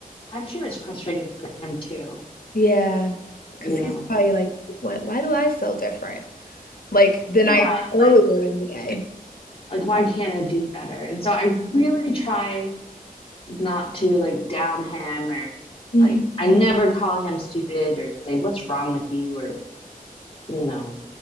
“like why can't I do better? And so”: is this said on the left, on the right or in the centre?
Left